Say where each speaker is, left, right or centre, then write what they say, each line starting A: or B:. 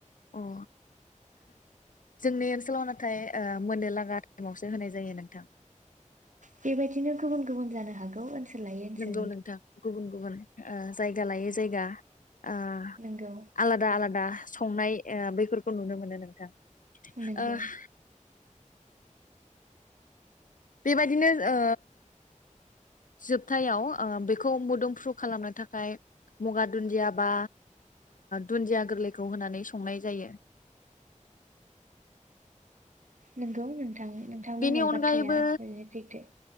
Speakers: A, on the left (about 80°); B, on the right (about 70°).
A: अ जोंनि ओनसोलाव नाथाय ओ मोननो लागा समावसो होनाय जायो नोंथां।
B: बेबायदिनो गुबुन गुबुन जानो हागौ। ओनसोल लायै ओनसोल
A: नोंगौ नोंथां गुबुन गुबुन। ओ जायगा लायै जायगा। ओ
B: नंगौ
A: आलादा आलादा। संनाय ओ बेफोर। खौ नुनो मोनो नोंथां ओ
B: नंगौ
A: <inaudible> बेबायदिनो ओ जोबथायाव ओ बेखौ मोदोमफ्रु खालामनो थाखाय मुगा दुन्दिया बा दुन्दिया गोरलैखौ होनानै संनाय जायो।
B: नंगौ नोंथां नोंथां
A: बेनि
B: बुंनाय
A: अनगायैबो
B: बाथ्राया थारैनो सैथो